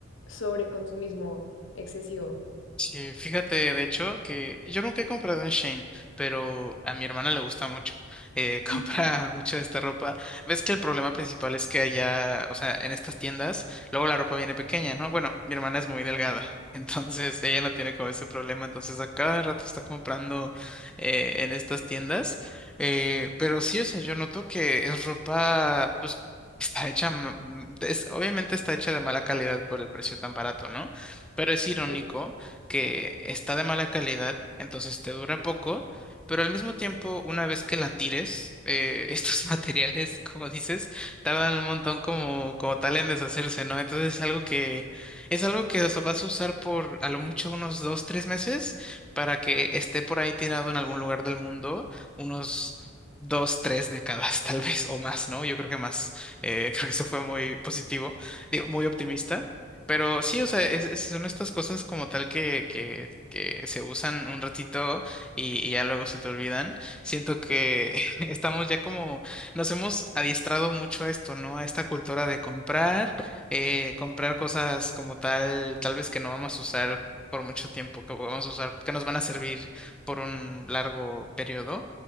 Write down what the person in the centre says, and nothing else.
Sí, fíjate, de hecho, que yo nunca he comprado en Shane, pero a mi hermana le gusta mucho. Eh, <laughs> compra
mucho de esta ropa. Ves que el problema principal es que allá, o sea, en estas tiendas, luego la ropa viene pequeña, ¿no? Bueno, mi hermana es muy delgada, <laughs> entonces ella no tiene como ese problema, entonces a cada rato está comprando eh, en estas tiendas. Eh, pero sí, o sea, yo noto que es ropa, pues, está hecha, ma- es, obviamente está hecha de mala calidad por el precio tan barato, ¿no? Pero es irónico
que está de mala calidad, entonces te dura poco, pero al mismo tiempo, una vez que la tires, eh, <laughs> estos materiales, como dices, tardan un montón como, como tal en deshacerse, ¿no? Entonces es algo que, es algo que o sea, vas a usar por a lo mucho unos dos, tres meses para que esté por ahí tirado en algún lugar del mundo unos dos, tres décadas, <laughs> tal vez, o más, ¿no? Yo creo que más. Eh, <laughs> creo que eso fue muy positivo, digo, muy optimista. Pero sí, o sea, es- es- son estas cosas como tal que, que, que se usan un ratito y, y ya luego se te olvidan. Siento que <laughs> estamos ya como, nos hemos adiestrado mucho a esto, ¿no? A esta cultura de comprar, eh, comprar cosas como tal, tal vez que no vamos a usar por mucho tiempo, que vamos a usar, que nos van a servir por un largo periodo.